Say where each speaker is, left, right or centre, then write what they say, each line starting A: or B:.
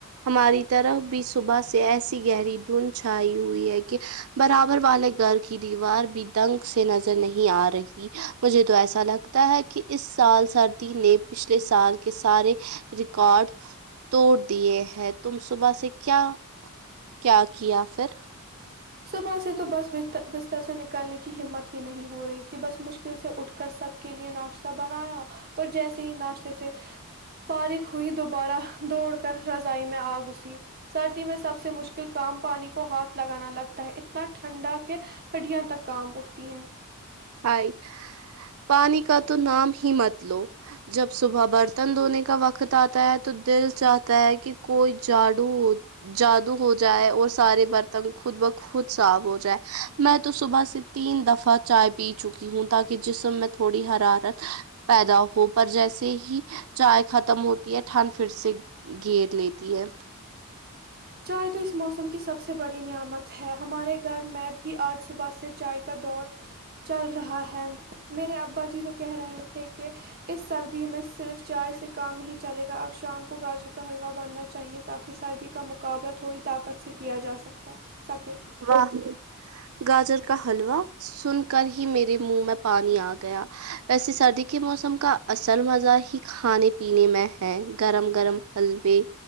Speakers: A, on the right (about 65°); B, on the right (about 45°).
A: ہماری طرف بھی صبح سے ایسی گہری دھند چھائی ہوئی ہے کہ برابر والے گھر کی دیوار بھی دنگ سے نظر نہیں آ رہی مجھے تو ایسا لگتا ہے کہ اس سال سردی نے پچھلے سال کے سارے کارڈ توڑ دیے ہیں تم صبح سے کیا کیا کیا پھر
B: صبح سے تو بس بستر سے نکلنے کی ہمت ہی نہیں ہو رہی تھی بس مشکل مشکل سے اٹھ کر سب کے لیے ناشتہ بنایا اور جیسے ہی ناشتے سے فارغ ہوئی دوبارہ دوڑ کر رضائی میں آگسی سردی میں سب سے مشکل کام پانی کو ہاتھ لگانا لگتا ہے اتنا ٹھنڈا کہ ہڈیاں تک کاپ اٹھتی ہیں
A: ہاے پانی کا تو نام ہی مت لو جب صبح برتن دھونے کا وقت آتا ہے تو دل چاہتا ہے کہ کوئی جادو ہو جادو ہو جائے اور سارے برتن خود بخود صاف ہو جائے میں تو صبح سے تین دفعہ چائے پ پی چکی ہوں تاکہ جسم میں تھوڑی حرارت پیدا ہو پر جیسے ہی چائے ختم ہوتی ہے ٹھنڈ پھر سے گھیر لیتی ہے
B: چائے تو اس موسم کی سب سے بڑی نعمت ہے ہمارے گھر میں بھی آج صبح سے چائے کا دور چل رہا ہے میرے ابا جی تو کہہ رہے تھے کہ اس سردی میں صرف چائے سے کام نہیں چلے گا اب شام کو گاجر کا حلوا بنا چاہیے تاکہ سردی کا مقابلہ تھوڑی طاقت سے کیا جا سکتا سکے
A: واہ گاجر کا حلوا سن کر ہی میرے منہ میں پانی آ گیا ویسے سردی کے موسم کا اصل مزہ ہی کھانے پینے میں ہے گرم گرم حلوے